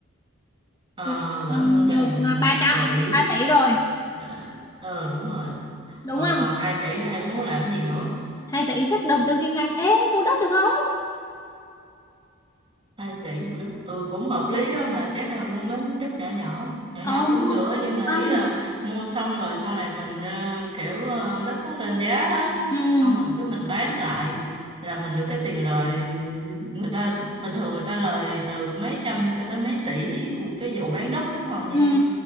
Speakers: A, on the right (about 25°); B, on the left (about 20°).
A: ờ
B: Là
A: gửi
B: năm
A: ngân hàng
B: được là ba
A: một
B: trăm
A: tỷ
B: 3 tỷ rồi
A: ờ ờ, đúng rồi
B: đúng
A: rồi
B: không
A: còn 2 tỷ nữa em muốn làm gì nữa
B: hai tỷ chắc đầu tư kinh doanh ế mua đất được không
A: hai tỷ mua đất ừ cũng hợp lý á mà chắc là mua mấy miếng đất nhỏ nhỏ nhỏ nhỏ
B: ờ
A: cũng
B: mua
A: được á nhưng mà
B: không
A: ý là mua xong rồi sau này mình ờ, kiểu ờ, đất nó lên giá á
B: ừ
A: không mình cái mình bán lại là mình được cái tiền lời người ta bình thường người ta lời từ mấy trăm cho tới mấy tỷ của cái vụ bán đất đó thôi nha
B: Ừ.
A: em